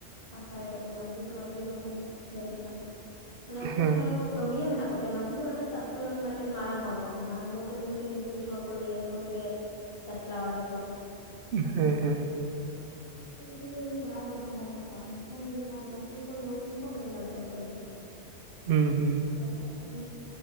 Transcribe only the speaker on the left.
ᱟᱥᱟᱭᱮᱫᱟᱞᱤᱧ ᱢᱟᱺᱡᱷᱤ ᱛᱚ ᱢᱟᱺᱡᱷᱤ ᱠᱚ ᱛᱟᱦᱮᱱᱟ, ᱡᱟᱹᱱᱤᱡ ᱠᱷᱟᱱ ᱢᱟᱱᱮ ᱩᱱᱠᱩ
ᱡᱟᱦᱟᱸᱭ ᱠᱚ ᱠᱟᱹᱢᱭᱟᱹ ᱢᱮᱱᱟᱜ ᱠᱚᱛᱟᱭᱟ ᱢᱟᱹᱡᱷᱤ ᱫᱚ ᱢᱤᱫᱴᱮᱱ ᱟᱛᱩᱨ ᱨᱮᱱ ᱢᱤᱫᱴᱮᱱ ᱢᱟᱨᱟᱝ ᱦᱚᱲ ᱠᱟᱱᱟᱭ ᱢᱟᱨᱟᱝ ᱵᱚᱞᱛᱮ ᱩᱱᱤ ᱴᱷᱮᱱ ᱡᱚᱛᱚ ᱠᱤᱪᱷᱩ ᱦᱚᱲ ᱠᱚ ᱞᱟᱹᱭᱟ ᱥᱮ ᱩᱱᱤᱜᱮ᱾ ᱪᱟ ᱪᱟᱞᱟᱣᱟᱭ ᱡᱷᱚᱛᱚ᱾
<unintelligible> ᱜᱮ ᱩᱱᱤ ᱫᱚ ᱵᱟᱭ <unintelligible> ᱢᱮᱱᱠᱷᱟᱱ ᱡᱟᱦᱟᱸ ᱱᱟᱭᱠᱮ ᱠᱚ ᱱᱟᱭᱠᱮ ᱦᱚᱸ ᱠᱚ ᱵᱚᱫᱚᱞ ᱫᱟᱲᱮᱭᱟᱜᱼᱟ ᱡᱷᱚᱛᱚ ᱜᱮ᱾
ᱱᱟᱭᱠᱮ ᱢᱟᱺᱡᱷᱤ